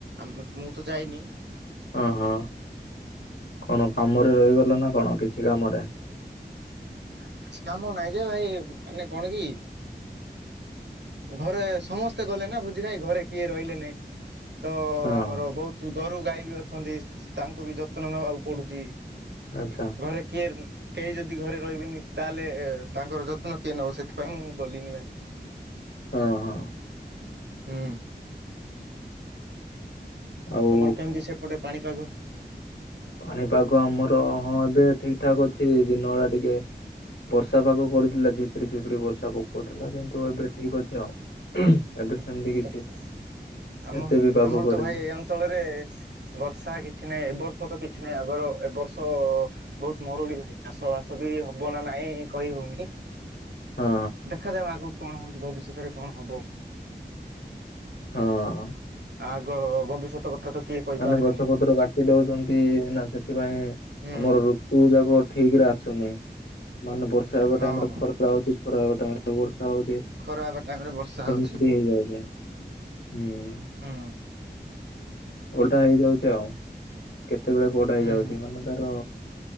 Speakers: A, on the right; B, on the left.
A: ଆମେ ମୁଁ ତ ଯାଇନି।
B: ହଁ ହଁ କଣ କାମରେ ରହିଗଲ ନା କଣ କିଛି କାମରେ?
A: ନା କିଛି କାମ ନାହିଁ ଯେ ଭାଇ ମାନେ କଣ କି ଘରେ ସମସ୍ତେ ଗଲେ ନା ଭୋଜି ଖାଇ ଘରେ କିଏ ରହିଲେ ନାଇଁ। ତ
B: ହଁ
A: ଆମର
B: ହଁ
A: ବୋହୁତୁ ଗୋରୁ ଗାଈ ବି ଅଛନ୍ତି ତାଙ୍କୁ ବି ଯତ୍ନ ନେବାକୁ ପଡୁଚି।
B: ଆଚ୍ଛା
A: ଘରେ କିଏ କେହି ଯଦି ଘରେ ରହିବିନି ତାହେଲେ ଏ-ତାଙ୍କର ଯତ୍ନ କିଏ ନବ ସେଥିପାଇଁ ମୁଁ ଗଲିନି ଭାଇ।
B: ହଁ ହଁ
A: ହୁଁ।
B: ଆଉ
A: ତମର କେମିତି ସେପଟେ ପାଣିପାଗ?
B: ପାଣିପାଗ ଆମର ହଁ ଏବେ ଠିକଠାକ ଅଛି ଦିନବେଳା ଟିକେ ବର୍ଷା ପାଗ କରୁଥୁଲା ଝିପିରି ଝିପିରି ବର୍ଷା ପକୋଉଥୁଲା କିନ୍ତୁ ଏବେ ଠିକଅଛି ଆଉ। ଏବେ
A: ହୁଁ
B: ସେମିତି
A: ହୁଁ
B: କିଛି
A: ଆ ଆମ
B: ଏତେ ବି ପାଗ
A: ଆମର
B: କରିନି
A: ତ ଭାଇ ଏ ଅଞ୍ଚଳରେ ବର୍ଷା କିଛି ନାହିଁ ଏବର୍ଷ୍ ର୍ଷ କିଛି ନାହିଁ ଆଗର ଏ ବର୍ଷ ବୋହୁତ ମରୁଡି ହେଇଚି ଚାଷବାସ ବି ହବ ନା ନାଇଁ କହିହ ପୁଣି
B: ହଁ
A: ଦେଖାଯାଉ ଆଗକୁ କଣ ହୋଉଚି ଭବିଷ୍ୟତରେ କଣ ହବ।
B: ହଁଅ।
A: ଆଗ ଭବିଷ୍ୟତ କଥା ତ କିଏ କହିପାରିବେନି।
B: ମାନେ ଗଛ ପତ୍ର କାଟି ଦୋଉଚନ୍ତି ନା ସେଠ୍ ସେଥିପାଇଁ
A: ହୁଁ
B: ଆମର ଋତୁ ଯାକ ଠିକରେ ଆସୁନି। ମାନେ ବର୍ଷା ହେବା
A: ହଁ
B: ଟାଇମରେ ଖରା ହୋଉଚି ଖରା ହେବା ଟାଇମରେ ବର୍ଷା ହୋଉଚି।
A: ଖରା ହେବା ଟାଇମ ରେ ବର୍ଷା
B: ସେମିତି
A: ହଉଛି
B: ହିଁ କହିଲେ ହୁଁ।
A: ହୁଁ
B: ଓଲଟା ହେଇଯାଉଚି ଆଉ କେତେବେଳେ କୋଉଟା
A: ହୁଁ
B: ହେଇଯାଉଚି ମାନେ ଧର